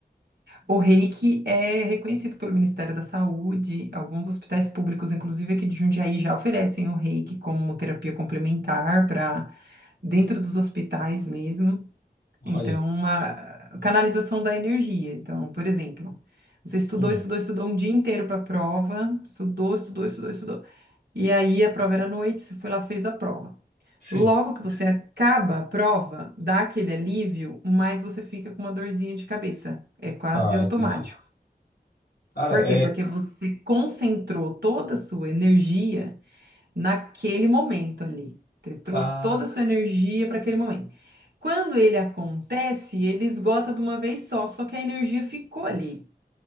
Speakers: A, on the right; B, on the left.
A: O reiki é reconhecido pelo Ministério da Saúde. Alguns hospitais públicos, inclusive aqui de Jundiaí, já oferecem o reiki como terapia complementar para dentro dos hospitais mesmo.
B: Olha,
A: Então, uma canalização da energia. Então, por exemplo, você estudou,
B: hum,
A: estudou, estudou um dia inteiro para a prova, estudou, estudou, estudou, estudou. E aí a prova era à noite, você foi lá, fez a prova.
B: sim.
A: Logo que você acaba a prova, dá aquele alívio, mas você fica com uma dorzinha de cabeça. É quase
B: Ah,
A: automático.
B: entendi. Cara,
A: Por quê?
B: é.
A: Porque você concentrou toda a sua energia naquele momento ali. Você trouxe
B: Ca...
A: toda a sua energia para aquele momento. Quando ele acontece, ele esgota de uma vez só, só que a energia ficou ali.